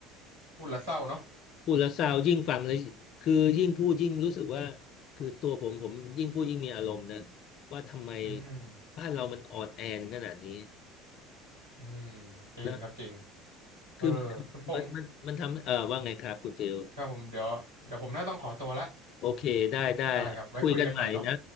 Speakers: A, on the right (about 80°); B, on the left (about 50°).
A: พูดแล้วเศร้าเนาะ
B: พูดแล้วเศร้ายิ่งฟังเลยคือยิ่งพูดยิ่งรู้สึกว่าคือตัวผมผมยิ่งพูดยิ่งมีอารมณ์นะว่าทำไม
A: อืม
B: บ้านเรามันอ่อนแอถึงขนาดนี้
A: อืมจริงครับจริง
B: นะ
A: เออคุณพงษ์
B: คือมันมันมันมันทำเออว่าไงครับคุณฟิล
A: ครับผมเดี๋ยวเดี๋ยวผมน่าต้องขอตัวละ
B: โอเคได้ได้
A: ได้ครับไว้คุยกันใหม่เนาะ
B: คุยกันใหม่นะ